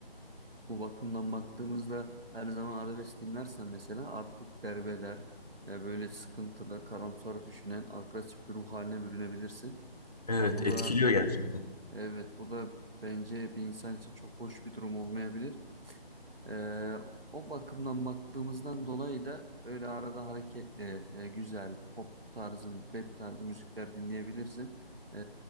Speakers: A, on the right (about 65°); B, on the left (about 40°).
A: Bu bakımdan baktığımızda her zaman arabesk dinlersen mesela artık derbeder e, böyle sıkıntılı karamsar düşünen agresif bir ruh haline bürünebilirsin.
B: Evet
A: Ya bu
B: etkiliyor
A: da
B: gerçekten.
A: e, evet bu da bence bir insan için çok hoş bir durum olmayabilir. Ee, o bakımdan baktığımızdan dolayı da öyle arada hareketli, e, güzel pop tarzı, rap tarzı müzikler dinleyebilirsin. Ee,